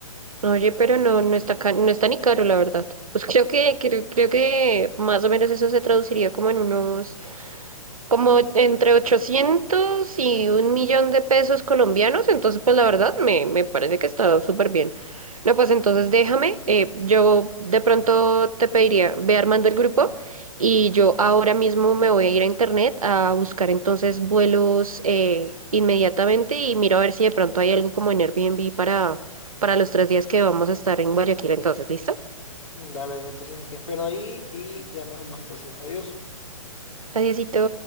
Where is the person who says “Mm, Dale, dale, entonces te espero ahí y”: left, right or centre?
Left